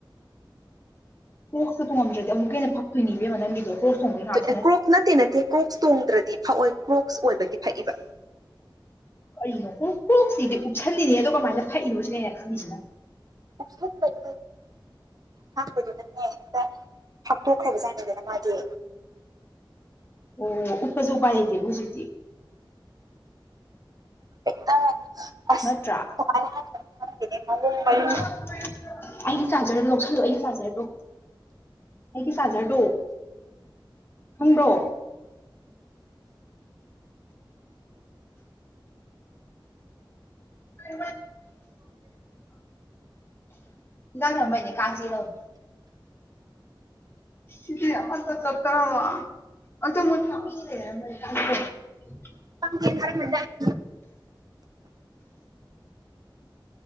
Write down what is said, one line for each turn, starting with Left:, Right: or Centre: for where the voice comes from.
Left: ꯎ ꯀꯣꯛꯛꯇ ꯇ ꯉꯝꯗ꯭ꯔꯗꯤ ꯑꯃꯨꯛꯀ ꯍꯦꯟꯅ ꯐꯛꯇꯣꯏꯅꯤꯕ ꯅꯪꯒꯤꯗꯣ ꯀ꯭ꯔꯣꯛꯁ ꯇꯣꯡꯕꯩ ꯉꯥꯛꯁꯨ
Right: ꯑꯦ ꯀ꯭ꯔꯣꯛꯁ ꯅꯠꯇꯦ ꯅꯠꯇꯦ ꯀ꯭ꯔꯣꯛꯁ ꯇꯣꯡꯗ꯭ꯔꯗꯤ ꯐꯑꯣꯏ ꯀ꯭ꯔꯣꯛꯁ ꯑꯣꯏꯕꯒꯤ ꯐꯏꯕ
Left: ꯀꯔꯤꯅꯣ ꯀꯣꯛ ꯀꯣꯛꯁꯤꯗꯤ ꯎꯞꯁꯜꯂꯤꯅꯦ ꯑꯗꯣ ꯀꯃꯥꯏꯅ ꯐꯛꯏꯅꯣ ꯁꯤꯅꯦꯩꯅ ꯈꯪꯜꯂꯤꯁꯤꯅ
Right: ꯀꯁꯟꯕꯗꯤ ꯍꯥꯡꯕꯗꯤ ꯅꯅꯦ ꯍꯥꯞꯇꯣꯛꯈ꯭ꯔꯕꯖꯥꯅꯗꯅ ꯃꯥꯗꯤ
Left: ꯑꯣ ꯎꯄꯁꯨ ꯎꯥꯏ ꯂꯩꯇꯦ ꯖꯤꯛꯇꯤ
Right: <unintelligible>
Left: ꯅꯠꯇ꯭ꯔꯥ <unintelligible> ꯑꯩꯒꯤ ꯆꯥꯔꯖꯔꯗ ꯂꯧꯁꯜꯂꯣ ꯑꯩꯒꯤ ꯆꯥꯔꯖꯔꯗꯣ ꯑꯩꯒꯤ ꯆꯥꯔꯖꯔꯗꯣ ꯈꯪꯕ꯭ꯔꯣ <unintelligible> ꯏꯖꯥꯡ ꯁꯦꯝꯕꯩꯅꯦ ꯀꯥꯡ ꯆꯤꯛ <unintelligible> ꯁꯤꯗ ꯑꯃꯇ ꯀꯛꯇꯔꯗꫭ <unintelligible>
Right: <unintelligible>